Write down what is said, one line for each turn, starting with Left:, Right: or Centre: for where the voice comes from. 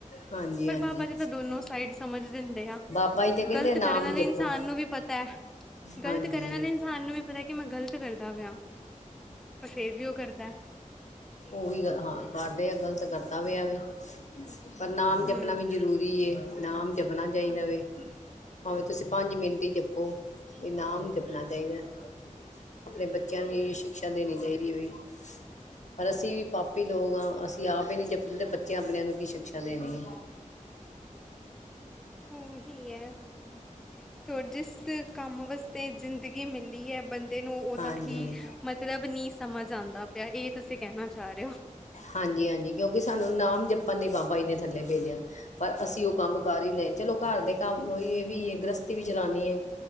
Left: ਹਾਂਜੀ
Centre: ਪਰ
Left: ਹਾਂਜੀ
Centre: ਬਾਬਾ ਜੀ ਤਾਂ ਦੋਨੋ ਸਾਈਡ ਸਮਝ ਦਿੰਦੇ ਆ।
Left: ਬਾਬਾ ਜੀ ਤੇ ਕਹਿੰਦੇ
Centre: ਗ਼ਲਤ
Left: ਨਾਮ
Centre: ਕਰਨ ਆਲੇ
Left: ਜਪੋ
Centre: ਇਨਸਾਨ ਨੂੰ ਵੀ ਪਤੈ, ਗ਼ਲਤ
Left: ਹਾਂਜੀ
Centre: ਕਰਨ ਆਲੇ ਇਨਸਾਨ ਨੂੰ ਵੀ ਪਤਾ ਕਿ ਮੈਂ ਗ਼ਲਤ ਕਰਦਾ ਪਿਆ, ਪਰ ਫੇਰ ਵੀ ਓ ਕਰਦੈ।
Left: ਉਹੀ ਗ ਹਾਂ ਕਰਦੇ ਆ ਗ਼ਲਤ ਕਰਦਾ ਪੇਆ ਵੇ। ਪਰ ਨਾਮ
Centre: ਹੂੰ
Left: ਜਪਣਾ ਵੀ ਜਰੂਰੀ ਏ ਨਾਮ ਜਪਣਾ ਚਾਈਦਾ ਵੇ। ਭਾਵੇਂ ਤੁਸੀਂ ਪੰਜ ਮਿੰਟ ਈ ਜਪੋ, ਨਾਮ ਜਪਣਾ ਚਾਈਦਾ। ਆਪਣੇ ਬੱਚਿਆਂ ਨੂੰ ਵੀ ਸ਼ਿਕਸ਼ਾ ਦੇਣੀ ਚਾਈਦੀ ਏ ਵੀ। ਪਰ ਅਸੀਂ ਵੀ ਪਾਪੀ ਲੋਕ ਆ ਅਸੀਂ ਆਪ ਏ ਨੀ ਜਪਦੇ ਤੇ ਬੱਚਿਆਂ ਆਪਣਿਆਂ ਨੂੰ ਕੀ ਸ਼ਿਕਸ਼ਾ ਦੇਣੀ ਏ।
Centre: ਉਹੀ ਐ 'ਤੇ ਹੋਰ ਜਿਸ ਕੰਮ ਵਾਸਤੇ ਜ਼ਿੰਦ ਗੀ ਮਿਲੀ ਐ ਬੰਦੇ ਨੂੰ ਉਦਾ
Left: ਹਾਂਜੀ,
Centre: ਹੀ ਮਤਲਬ ਨੀ ਸਮਝ ਆਂਦਾ ਪਿਆ ਏ ਤੁਸੀਂ ਕਹਿਣਾ ਚਾ ਰੇ ਓ।
Left: ਹਾਂਜੀ-ਹਾਂਜੀ ਕਿਉਂਕਿ ਸਾਨੂੰ ਨਾਮ ਜਪਣ ਲਈ ਬਾਬਾ ਜੀ ਨੇ ਥੱਲੇ ਭੇਜਿਆ। ਪਰ ਅਸੀਂ ਓ ਕੰਮ ਕਰ ਈ ਨਈ ਚਲੋ ਘਰ ਦੇ ਕੰਮ ਉਈ ਏ ਵੀ ਗ੍ਰਸਤੀ ਵੀ ਚਲਾਣੀ ਏ।